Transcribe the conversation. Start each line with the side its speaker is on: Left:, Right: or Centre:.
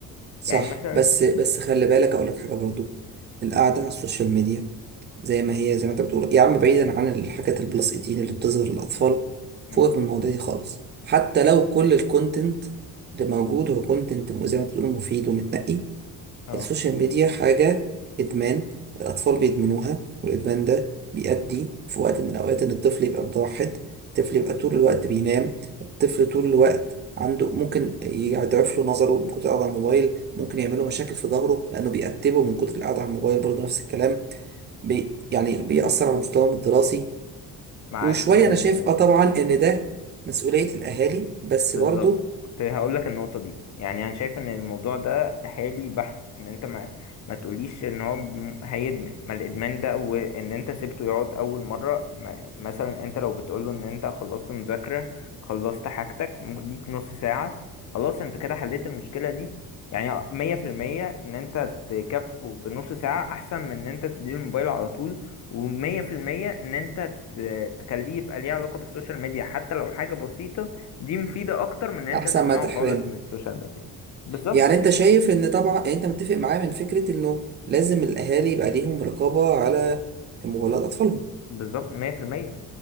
Right: صح
Left: يعني مثلا
Right: بس بس خلي بالك اقول لك حاجه برضو القعده على السوشيال ميديا زي ما هي زي ما انت بتقول يا عم بعيدا عن الحاجات البلس 18 اللي بتظهر للاطفال
Left: مم،
Right: فوقك من المواضيع دي خالص حتى لو كل الكونتنت اللي موجود هو كونتنت زي ما انت بتقول مفيد ومتنقي
Left: اه
Right: السوشيال ميديا حاجة إدمان الأطفال بيدمنوها والإدمان ده بيؤدي في وقت من الأوقات إن الطفل يبقى متوحد الطفل يبقى طول الوقت بينام الطفل طول الوقت عنده ممكن يضعف له نظره من كتر القعدة على الموبايل ممكن يعمل له مشاكل في ظهره لأنه بيأتبه من كتر القعدة على الموبايل برضه نفس الكلام بي يعني بيأثر على مستواهم الدراسي
Left: معاك
Right: وشوية
Left: 100%
Right: أنا شايف أه طبعا إن ده مسؤولية الأهالي بس
Left: بالظبط
Right: برضه
Left: كنت هقول لك النقطة دي يعني أنا شايف إن الموضوع ده حالي بحت إن أنت ما ما تقوليش إن هو م- هيدمن ما الإدمان ده وإن أنت سيبته يقعد أول مرة ما مثلا أنت لو بتقوله إن أنت خلصت مذاكرة خلصت حاجتك م- ليك نص ساعة خلاص أنت كده حليت المشكلة دي يعني مية في المية إن أنت تكافئه بنص ساعة أحسن من إن أنت تديله الموبايل على طول ومية في المية إن أنت ت- تخليه يبقى ليه علاقة بالسوشيال ميديا حتى لو حاجة بسيطة دي مفيدة أكتر من إن أنت
Right: أحسن
Left: تمنعه
Right: ما تحرمه
Left: خالص من السوشيال ميديا بالظبط
Right: يعني انت شايف ان طبعا يعني انت متفق معايا من فكرة انه لازم الاهالي يبقى ليهم رقابة على موبايلات اطفالهم
Left: بالظبط مية في المية